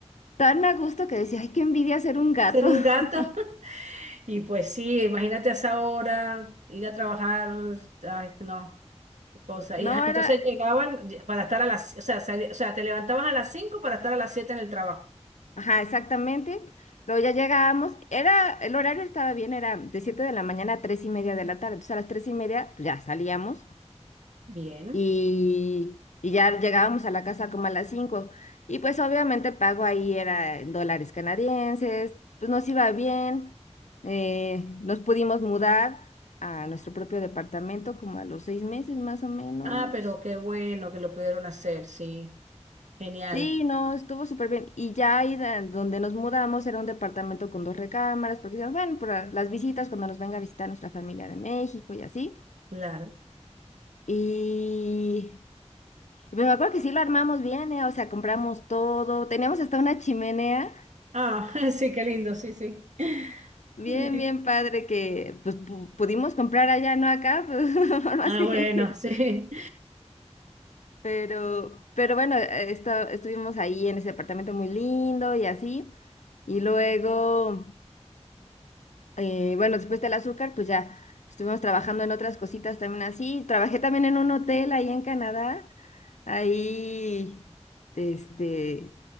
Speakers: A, on the left; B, on the right.
A: tan a gusto que decía, ay, qué envidia ser un gato.
B: ser un
A: <laughs>
B: gato. <laughs> Y pues sí, imagínate a esa hora, ir a trabajar, ay, no, qué cosa.
A: No
B: Y, ah,
A: era,
B: entonces llegaban lle- para estar a las, o sea, sali- o sea, te levantabas a las 5 para estar a las 7 en el trabajo.
A: ajá, exactamente. Luego ya llegábamos, era, el horario estaba bien, era de 7 de la mañana a tres y media de la tarde, entonces a las 3 y media pues, ya salíamos
B: Bien.
A: y, y ya llegábamos a la casa como a las cinco Y pues obviamente el pago ahí era en dólares canadienses, pues nos iba bien, eh, nos pudimos mudar a nuestro propio departamento como a los seis meses más o menos.
B: Ah, pero qué bueno que lo pudieron hacer, sí. Genial,
A: Sí, no, estuvo súper bien. Y ya ahí de- donde nos mudamos era un departamento con dos recámaras, porque decíamos, bueno, para las visitas, cuando nos venga a visitar nuestra familia de México y así.
B: claro.
A: y Pero me acuerdo que sí lo armamos bien, ¿eh? O sea, compramos todo. Teníamos hasta una chimenea.
B: Ah, <laughs> sí, qué lindo, sí, sí. Eh,
A: Bien, bien padre que pues pu- pudimos comprar allá, no acá, pues <laughs> por más
B: Ah,
A: que...
B: bueno,
A: <laughs> que-
B: <laughs> sí.
A: Pero, pero bueno, eh, esta- estuvimos ahí en ese apartamento muy lindo y así. Y luego... eh, bueno, después del azúcar, pues ya estuvimos trabajando en otras cositas también así. Trabajé también en un hotel ahí en Canadá, ahí, este,